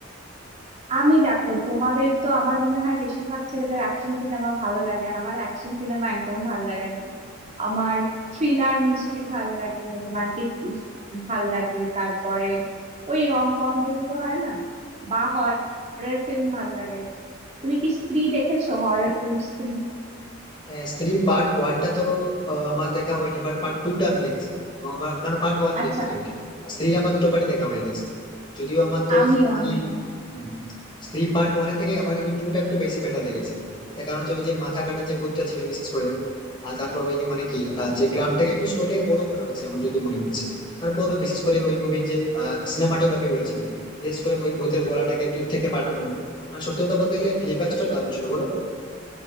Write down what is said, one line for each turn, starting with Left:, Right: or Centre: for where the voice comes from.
Right: আমি দেখো তোমাদের তো আমার মনে হয় বেশিরভাগ ছেলেদের অ্যাকশন সিনেমা ভালো লাগে আমার অ্যাকশন সিনেমা একদম ভালো লাগে না আমার থ্রিলার মিস্ট্রি ভাল লাগে রোমান্টিক ভাল লাগে তারপরে ওই রম কম যেগুলো হয় না বা হরর ফিল্ম ভাল লাগে তুমি কি স্ত্রী দেখেছো হরর ফিল্ম স্ত্রী
Left: হ্যাঁ স্ত্রী পার্ট ওয়ানটা তো আহ, আমার দেখা হয়নি বাট পার্ট টুটা আমি দেখেছি এবং আমার না পার্ট ওয়ানও
Right: আচ্ছা
Left: দেখেছি রাইট স্ত্রী আমার দুটো পার্টি দেখা হয়ে গেছে যদিও আমার তো
Right: আমিও
Left: স্ত্রী
Right: আমিও
Left: উম, স্ত্রী পার্ট ওয়ানের থেকে আমার কিন্তু টুটা একটু বেশি বেটার লেগেছে তার কারণ হচ্ছে ওই যে মাথা কাটা যে ভূতটা ছিল বিশেষ করে আর তারপর ওই যে মানে কি আহ, যে গ্রামটাকে একটু স্টোরিটাকে বড় করা হচ্ছে আমার যত মনে হচ্ছে তারপর বিশেষ করে ওই মুভির যে সিনেমাটোগ্রাফি গুলো ছিল বিশেষ করে ওই ভূতের গলাটাকে দূর থেকে পাঠানো মানে সত্যি কথা বলতে গেলে ভিএফএক্স টা দারুণ ছিল বলো